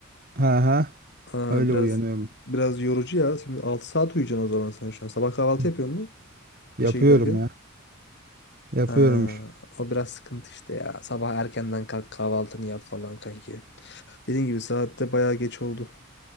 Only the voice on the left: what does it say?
Aa,
biraz
biraz yorucu ya. Şimdi 6 saat uyuyacaksın o zaman sen şu an. Sabah kahvaltı
yapıyor musun
işe giderken?
Aa, o biraz sıkıntı işte ya. Sabah erkenden kalk kahvaltını yap falan kanki. Dediğin gibi saatte bayağı geç oldu.